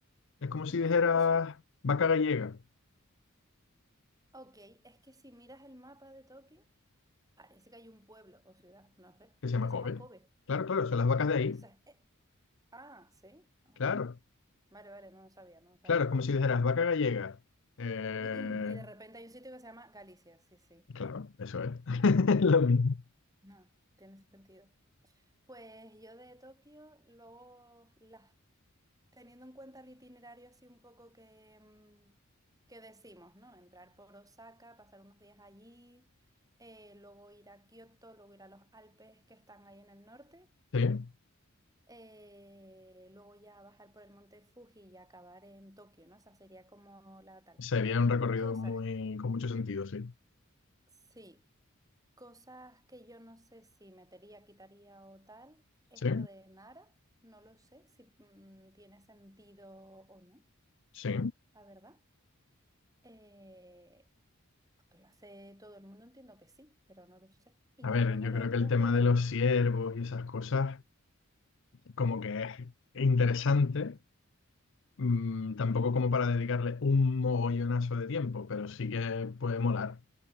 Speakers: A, on the left; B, on the right.
A: Es como si
B: Y de
A: dijeras
B: hecho,
A: vaca gallega,
B: ok, es que si miras el mapa de Tokio, parece que hay un pueblo o ciudad, no sé,
A: que se llama
B: que se
A: Kobe.
B: llama Kobe.
A: Claro, claro, son las vacas de ahí.
B: Entonces, eh, ah, sí. Ah,
A: Claro.
B: vale, vale, no lo sabía, no lo sabía.
A: Claro, es como si dijeras vaca gallega. Eh,
B: <clears throat> Y de repente hay un sitio que se llama Galicia, sí, sí.
A: claro, eso es. <laughs> Lo mismo.
B: No, tiene sentido. Pues yo de Tokio, luego las Teniendo en cuenta el itinerario así un poco que, mm, que decimos, ¿no? Entrar por Osaka, pasar unos días allí, eh, luego ir a Kioto, luego ir a los Alpes que están ahí en el norte,
A: Sí,
B: eh, luego ya bajar por el monte Fuji y acabar en Tokio, ¿no? Esa sería como la tal.
A: sería un recorrido
B: Cosas,
A: muy, con mucho sentido, sí.
B: sí, cosas que yo no sé si metería, quitaría o tal, es
A: Sí,
B: lo de Nara, no lo sé si mm, tiene sentido o no,
A: sí.
B: la verdad. Eh, porque lo hace todo el mundo, entiendo que sí, pero no lo sé. Y
A: A ver,
B: luego
A: yo
B: lo
A: creo
B: otro
A: que el
B: es
A: tema
B: lo de,
A: de los ciervos y esas cosas, como que es interesante, mm, tampoco como para dedicarle un mogollonazo de tiempo, pero sí que puede molar.